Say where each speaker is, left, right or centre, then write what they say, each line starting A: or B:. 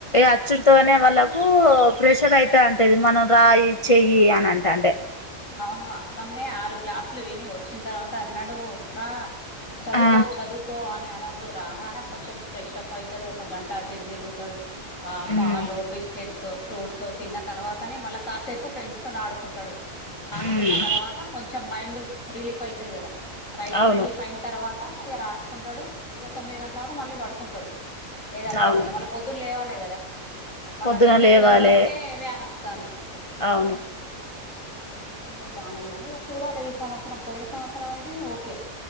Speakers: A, on the left; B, on the left.
A: అచ్చుడితోనే వాళ్ళకు ప్రెషర్ అయితే అంటది మనం రాయి చెయ్యి అని అంటే అంటే
B: అవును అక్కనేే ఆరు క్లాసులు విని వచ్చిన తర్వాత అన్నాడు డ్రా చదువుకో
A: ఆ
B: చదువుకో అని అన అ రాగానే కొంచెం ఫ్రెష్ అప్ అవుతాడు ఒక గంట అటువి తిరుగుతాడు ఆ పాలు
A: మ్మ్
B: బిస్కెట్స్ ఫ్రూట్స్ తిన్న తర్వాతనే మళ్ళా కాసేపు ఫ్రెండ్స్ తో ఆడుకుంటాడు ఆడుకున్న
A: మ్మ్
B: తర్వాత కొంచెం మైండ్ రిలీఫ్ అవుతుది కదా రై
A: అవును
B: రైలీఫ్ అయిన తర్వాత ఇక రాసుకుంటాడు ఇక తొమ్మిది గంటల వరకు మళ్ళీ పడుకుంటాడు ఏదా స్స్ితిగా
A: అవును
B: మళ్ళీ పొద్దున్న లేవాలి కదా వాళ్ళకి
A: పొద్దున
B: ఎనిమిదిన్నర
A: లేవాలే
B: వరకే వ్యాన వస్తుంది
A: అవును
B: చదవుకుండాడు బాగానే కానీ ఇక చూడాలి ఈ సంవత్సరం పోయిన సంవత్సరం అయితే ఓకే